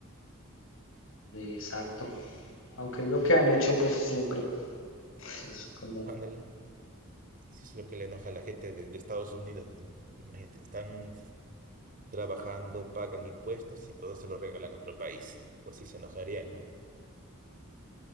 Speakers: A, on the left; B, on the right.
A: Exacto. Aunque es lo que han hecho pues siempre. Entonces, como,
B: Ándale, sí es lo que le enoja a la gente de de Estados Unidos, ¿no? Imagínate, están trabajando, pagan impuestos y todo se lo regalan a otro país. Pues sí, se enojarían, ¿no?